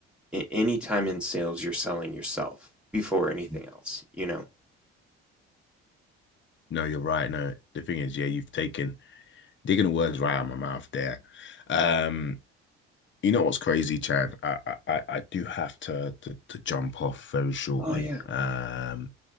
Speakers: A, in the centre; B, on the left.
A: A- Anytime in sales, you're selling yourself before anything else, you know?
B: No, you're right. No, the thing is, yeah, you've taken digging the words right out of my mouth there. Um, you know what's crazy, Chad? I I, I I do have to, to to jump off very shortly.
A: Oh, yeah.
B: Um,